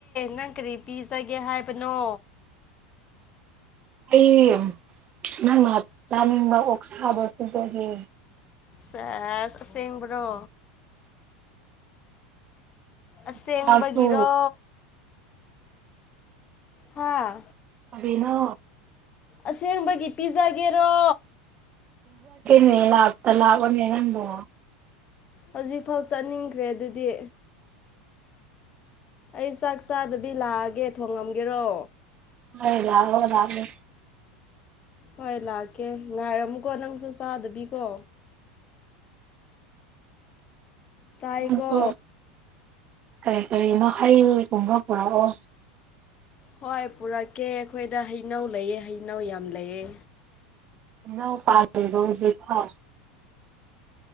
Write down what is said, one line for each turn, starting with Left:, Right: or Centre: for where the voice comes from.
Left: ꯅꯪ ꯀꯔꯤ ꯄꯤꯖꯒꯦ ꯍꯥꯏꯕꯅꯣ
Right: ꯑꯩ ꯅꯪꯅ ꯆꯥꯅꯤꯡꯕ ꯑꯣꯛꯁꯥꯗꯣ ꯄꯤꯖꯒꯦ
Left: ꯁ ꯁꯦꯡꯕ꯭ꯔꯣ ꯑꯁꯦꯡꯕꯒꯤꯔꯣ
Right: ꯑꯣꯛꯁꯥꯁꯨ
Left: ꯍꯥꯥ
Right: ꯀꯔꯤꯅꯣ
Left: ꯑꯁꯦꯡꯕꯒꯤ ꯄꯤꯖꯥꯒꯤꯔꯣ
Right: ꯅꯦ ꯂꯥꯛ ꯇ ꯂꯥꯀꯣꯅꯦ ꯅꯪꯕꯣ
Left: ꯍꯧꯖꯤꯛꯐꯥꯎ ꯆꯠꯅꯤꯡꯈ꯭ꯔꯦ ꯑꯗꯨꯗꯤ ꯑꯩ ꯆꯥꯛ ꯆꯥꯗꯕꯤ ꯂꯥꯛꯑꯒꯦ ꯊꯣꯡꯉꯝꯒꯦꯔꯣ
Right: ꯑ ꯂꯔꯕꯦ
Left: ꯍꯣꯏ ꯂꯥꯛꯀꯦ ꯉꯥꯏꯔꯝꯃꯨꯀꯣ ꯅꯪꯁꯨ ꯆꯥꯗꯕꯤꯀꯣ ꯇꯥꯏꯀꯣ
Right: ꯅꯪꯁꯨ ꯀꯔꯤ ꯀꯔꯤꯅꯣ ꯍꯩꯒꯨꯝꯕ ꯄꯨꯔꯛꯑꯣ
Left: ꯍꯣꯏ ꯄꯨꯔꯛꯀꯦ ꯑꯩꯈꯣꯏꯗ ꯍꯩꯅꯧ ꯂꯩꯑꯦ ꯍꯩꯅꯧ ꯌꯥꯝ ꯂꯩꯑꯦ
Right: <unintelligible> ꯍꯨꯖꯤꯛꯄꯣ